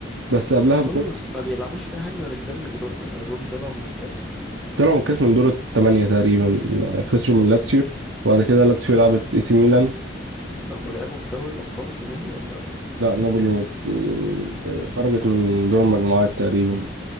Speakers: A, on the right; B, in the centre.
A: بس قبلها
B: بس
A: بجول
B: هم ما بيلعبوش في حاجة غير الدوري دلوقتي يعني أظن طلعوا من الكاس
A: طلعوا من الكاس من دور الثمانية تقريبا خسروا من لاتسيو
B: مم.
A: وبعد كده لاتسيو لعبت إي سي ميلان
B: طب ولعبوا في دوري الأبطال السنة دي ولا
A: لا نابولي مت- خرجت من دور المجموعات تقريبا